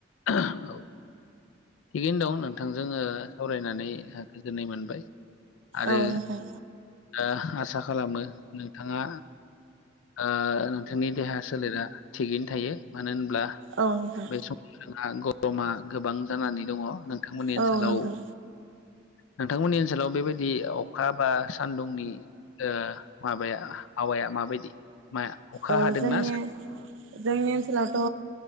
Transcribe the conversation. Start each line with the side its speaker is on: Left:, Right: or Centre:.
Left: औ थिगैनो दं नोंथांजों ओ सावरायनानै ओ गोजोननाय मोनबाय आरो
Right: औ नोंथां
Left: ओ आसा खालामो नोंथाङा आ नोंथांनि देहा सोलेरा थिगैनो थायो मानो होनब्ला
Right: औ नोंथां
Left: बे समाव जोंहा गरमा गोबां जानानै दङ नोंथांमोननि
Right: औ
Left: ओनसोलाव
Right: नोंथां
Left: नोंथांमोननि ओनसोलाव बेबायदि अखा बा सानदुंनि ओ माबाया आबहावाया माबायदि मा अखा
Right: ओ
Left: हादोंना
Right: जोंनि जोंनि ओनसोलावथ'